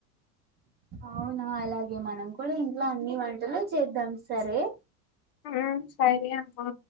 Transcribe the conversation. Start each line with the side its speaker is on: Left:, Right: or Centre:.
Right: అవునా అలాగే మనం కూడా ఇంట్లో అన్ని వంటలు చేద్దాం సరే
Left: హ్మ్ సరే అమ్మా